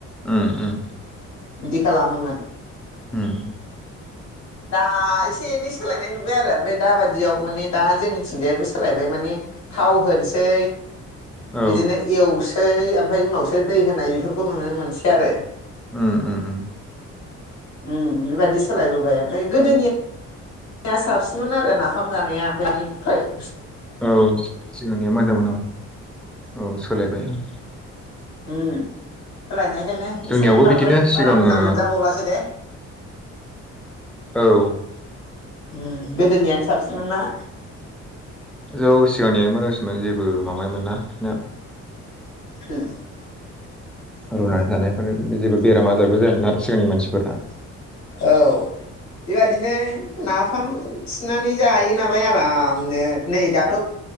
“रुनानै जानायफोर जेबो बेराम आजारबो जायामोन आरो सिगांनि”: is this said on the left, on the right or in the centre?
Centre